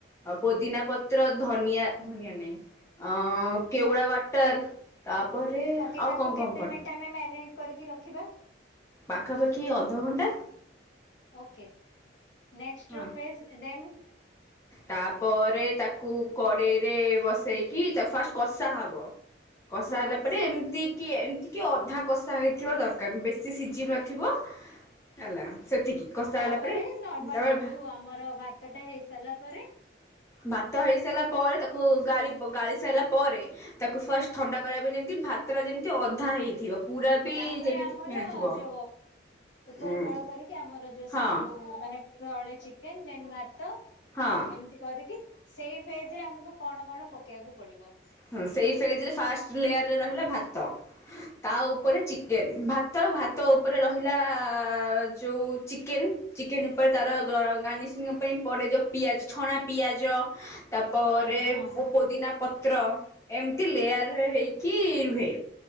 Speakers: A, on the left (about 15°); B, on the left (about 75°).
A: ପୋଦିନା ପ ଧନିଆ ଧନିଆ ନାଇଁ। ଅ କେଉଡା ୱାଟର୍ ତାପରେ
B: ଓକେ,
A: ଆଉ
B: ତାକୁ
A: କ'ଣ
B: କେତେ
A: କ'ଣ ପଡ଼େ
B: ମିନିଟ ଆମେ ମାରିନେଟ କରିକି ରଖିବା?
A: ପାଖାପାଖି ଅଧଘଣ୍ଟା।
B: ଓକେ, ନେକ୍ସ୍ ଟ
A: ହଁ
B: ର ଫେଜ୍ ଦେନ୍?
A: ତାପରେ ତାକୁ କଡ଼େଇରେ ବସେଇକି ତାକୁ ଫାଷ୍ଟ କଷା ହବ। କଷା
B: ହଁ
A: ହେଲା ପରେ ଏମିତି କି ଏମିତି କି ଅଧା କଷା ହେଇଥିବା ଦରକାର। ବେଶୀ ସେ ସିଝି ନଥିବ ହେଲା ସେତିକି। କଷା
B: ତାପରେ
A: ହେଲା ପରେ
B: ନର୍ମାଲ
A: ତାପରେ
B: ଏଠୁ
A: ଭା
B: ଆମର ଭାତ ଟା ହେଇ ସାରିଲା ପରେ
A: ଭାତ ହେଇସାରିଲା ପରେ ତାକୁ ଗାଳିବ ଗାଳି ସାଇଲା ପରେ ତାକୁ ଫାଷ୍ଟ ଥଣ୍ଡା କରିବା ପାଇଁ ଯେମିତି ଭାତ ଟା ଯେମିତି ଅଧା ହେଇଥିବ। ପୁରା ବି
B: ତାପରେ
A: ଯେମିତି
B: ଆମର
A: ହେଇନଥିବ।
B: ଯୋ ଉପର
A: ଉଁ
B: ତଳ କରିକି ଆମର ଯୋଉ
A: ହଁ
B: ସବୁ ମାନେ ତଳେ ଚିକେନ୍ ଦେନ୍ ଭାତ
A: ହଁ
B: ଏମିତି କରିକି ସେଇ ଫେଜ୍ ରେ ଆମୁକୁ କଣ କଣ ପକେଇବାକୁ ପଡିବ।
A: ହୁଁ ସେଇ ଫେଜ୍ ରେ ଫାଷ୍ଟ ଲେୟାରରେ ରହିଲା ଭାତ। ତା ଉପରେ ଚିକେନ୍। ଭାତ ଆଉ ଭାତ ଓପରେ ରହିଲା ଯୋଉ ଚିକେନ୍। ଚିକେନ୍ ଉପରେ ତାର ଗ ଗାର୍ଣିଶିଂ ପାଇଁ ପଡେ ଯୋଉ ପିଆଜ ଛଣା ପିଆଜ ତାପରେ
B: ହଁ ହଁ।
A: ପୋ ପୋଦିନା ତ୍ର ଏମିତି ଲେୟାର ହେ ହେଇକି ରୁହେ।